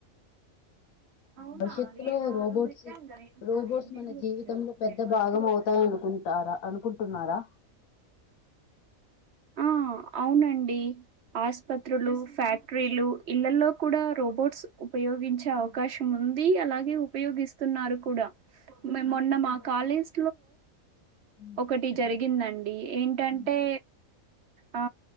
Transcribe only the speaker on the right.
అవునా
నేను
ఆ రోజు ఎక్కాను కదా నేను
నాది ఎనిమిదింటికి
వచ్చింది
కదా
నేను పదింటికి
వచ్చాను
ఆ అవునండి ఆస్పత్రులు ఫ్యాక్టరీలు ఇల్లలో కూడా రోబోట్స్ ఉపయోగించే అవకాశం ఉంది. అలాగే ఉపయోగిస్తున్నారు కూడా మే
మొన్న
మా కాలేజ్
ఒకటి జరిగిందండి ఏంటంటే
ఆ